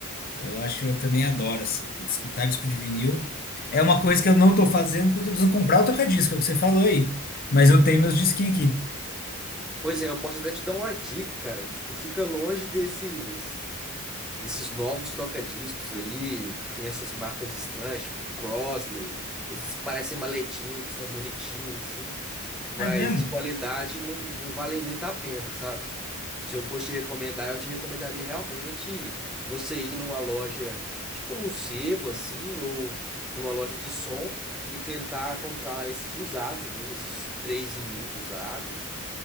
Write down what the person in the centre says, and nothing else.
Pois é, eu posso até te dar uma dica, cara. Tipo, fica longe desses desses novos toca-discos aí, que tem essas marcas estranhas, tipo Crosley, esses que parecem maletim, que são bonitinhos assim. Mas
de qualidade não, não valem muito a pena, sabe? Se eu fosse te recomendar, eu te recomendaria realmente você ir numa loja, tipo num sebo assim, ou numa loja de som e tentar comprar esses usados mesmo, esses três em um usados,